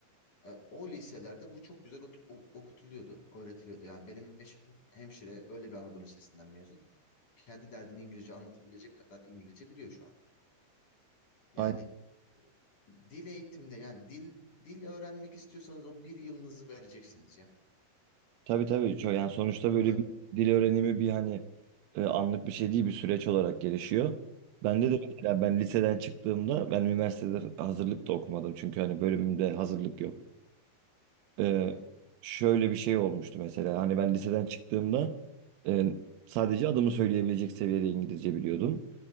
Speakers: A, on the left (about 40°); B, on the right (about 80°).
A: E, o liselerde bu çok güzel ot- o- okutuluyordu, öğretiliyordu. Yani benim eşim hemşire öyle bir Anadolu lisesinden mezun. Kendi derdini İngilizce anlatabilecek kadar İngilizce biliyor şu an. Yani
B: Aynen.
A: dil eğitimde yani dil dil öğrenmek istiyorsanız o bir yılınızı vereceksiniz ya.
B: Tabii tabii. Ço- Yani sonuçta böyle
A: Evet.
B: bir dil öğrenimi bir hani e, anlık bir şey değil bir süreç olarak gelişiyor. Bende
A: Hı hı.
B: de mesela ben liseden çıktığımda ben üniversitede hazırlık da okumadım. Çünkü hani bölümümde hazırlık
A: Hı
B: yok.
A: hı.
B: E,
A: Evet.
B: şöyle bir şey olmuştu mesela. Hani ben liseden çıktığımda e, sadece adımı söyleyebilecek seviyede İngilizce biliyordum.